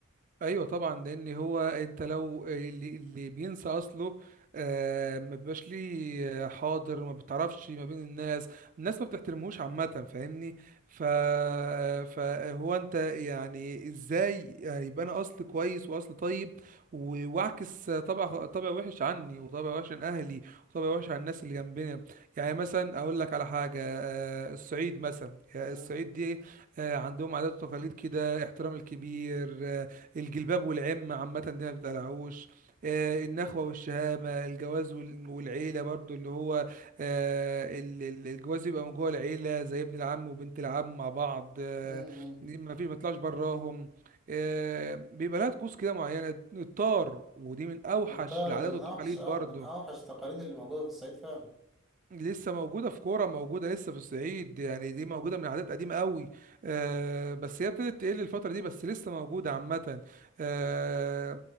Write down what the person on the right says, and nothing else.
ايوه طبعا لان هو انت لو اللي, اللي بينسى اصله آه ما بيبقاش ليه حاضر ما بتعرفش ما بين الناس الناس ما بتحترمهوش عامه فاهمني ف فهو انت يعني ازاي يبقى انا اصل كويس واصل طيب و- واعكس طبع طبع وحش عني وطبع وحش عن اهلي وطبع وحش عن الناس اللي جنبنا يعني مثلا اقول لك على حاجه آه الصعيد مثلا يعني
الصعيد دي آه عندهم عادات وتقاليد كده احترام الكبير آه، الجلباب والعم عامة دي ما بتقلعوش آه، النخوة والشهامة الجواز وال- والعيلة برضو اللي هو آه، ال- ال- الجواز يبقى من جوه العيلة زي ابن العم وبنت العم مع بعض آه،
دي ما فيش ما يطلعش براهم آه، بيبقى لها طقوس كده معينة الطار ودي من أوحش
العادات
والتقاليد
برضو
لسه موجودة في كورة موجودة لسه في الصعيد يعني دي موجودة من عادات قديمة قوي آه بس هي ابتدت تقل الفترة دي بس لسه موجودة عامة آه